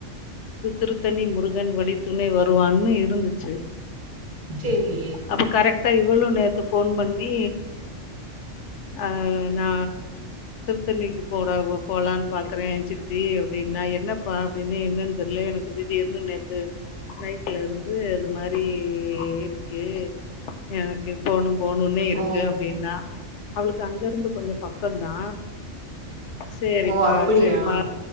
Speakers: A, on the left; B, on the right.
A: திருத்தணி முருகன் வழித்துணை வருவான்னு இருந்துச்சு
B: சேரி
A: அப்போ கரெக்டா இவ்ளோ நேரத்துக் ஃபோன் பண்ணி அ நா சென்னைக்கு போற போலானு பாக்குறே சித்தி அப்டின்னா என்னப்பா அப்டின்னு என்னன்னு தெரில எனக் திடீர்னு நேத்து நைட்ல இருந்து அது மாரி இருக்கு எனக்கு போணு போணுன்னே இருக்கு
B: ஓ
A: அப்டின்னா அவளுக்கு அங்க இருந்து கொஞ்சோ பக்கம்தா சேரிப்பா
B: ஓ அப்படியா
A: சேரிப்பா